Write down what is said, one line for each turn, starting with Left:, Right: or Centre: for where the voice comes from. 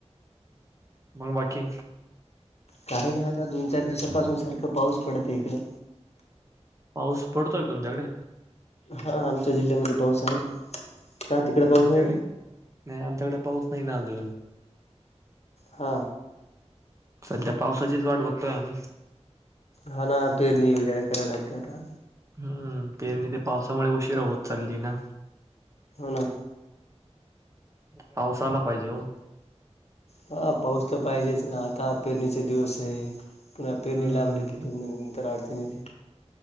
Right: मग बाकी
Left: काही नाही आता दोन चार दिवसापासून सारखं पाऊस पडत इकडं
Right: पाऊस पडतोय तुमच्याकडे?
Left: हा आमच्या जिल्ह्यामध्ये पाऊस आहे. का तिकडे
Right: नाही आमच्याकडे
Left: पाऊस का
Right: नाही आमच्याकडे पाऊस नाही ना. अजून
Left: हा
Right: सध्या पावसाचीच वाट बघतोय आम्ही.
Left: हा ना पेरणी वगैरे कराव लागते आता
Right: हम्म ते म ते पावसामुळे उशीरा होत चालली ना.
Left: हो ना
Right: पाऊस आला पाहिजे ओ.
Left: हा पाऊस तर पाहिजेच ना आता पेरणीचे दिवस आहे. पेरणी
Right: हम्म
Left: लांबलय की तीन महिने तर अडचणी येते